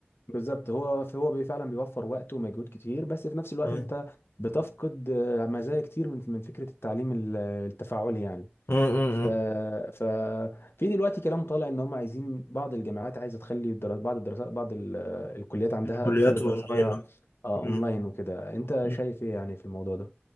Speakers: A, on the left (about 70°); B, on the left (about 80°).
A: بالظبط هو هو بي- فعلا بيوفر وقت ومجهود كتير بس في نفس الوقت
B: مم.
A: انت بتفقد آه، مزايا كتير من من فكره التعليم ال- التفاعلي يعني
B: مم. مم.
A: ف ف في دلوقتي كلام طالع ان هم عايزين بعض الجامعات عايزه تخلي الدرا- بعض الدراسات بعض ال- آه، الكليات عندها
B: الكليات
A: تخلي الدراسه
B: اونلاين
A: فيها آه،
B: مم.
A: اونلاين وكده انت
B: مم.
A: شايف ايه يعني في الموضوع ده؟